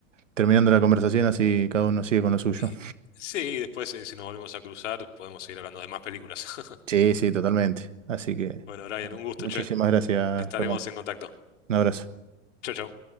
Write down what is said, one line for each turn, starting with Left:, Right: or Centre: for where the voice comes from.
Right: terminando la conversación así cada uno sigue con lo suyo.
Left: Y, sí, después eh, si nos volvemos a cruzar podemos seguir hablando de más películas. <laughs>
Right: Sí, sí, totalmente. Así que,
Left: Bueno, Brian,
Right: bueno,
Left: un gusto,
Right: muchísimas
Left: che.
Right: gracias,
Left: Estaremos
Right: Germán.
Left: en contacto.
Right: Un abrazo.
Left: Chau, chau.